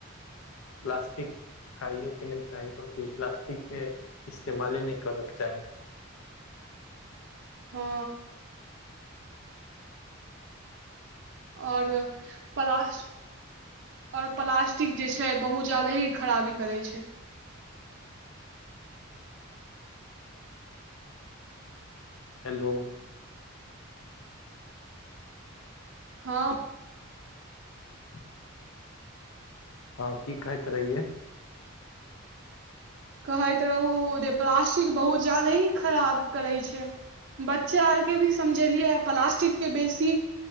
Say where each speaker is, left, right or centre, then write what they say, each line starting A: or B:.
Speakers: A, on the left; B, on the right.
A: प्लास्टिक खाइए के नहि चाही प्लास्टिक के इस्तेमाले नहि करयके चाही
B: हँ आओर पलास आओर प्लास्टिक जे छै बहुत जादे ही खराबी करे छै
A: हेलो
B: हँ
A: <inaudible> हँ की कहैत रहिये
B: कहैत रहुँ जे प्लास्टिक बहुत ज्यादे ही खराब करै छै बच्चा आर के भी समझेलियै है जे प्लास्टिक के बेसी